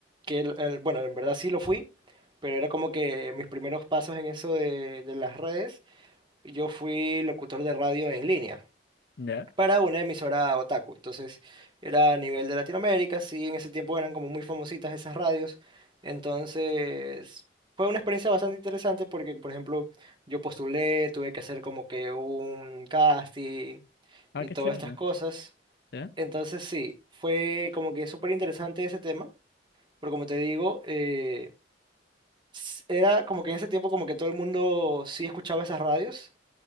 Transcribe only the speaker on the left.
¿Ya?
Ah,
qué
chévere.
¿Ya?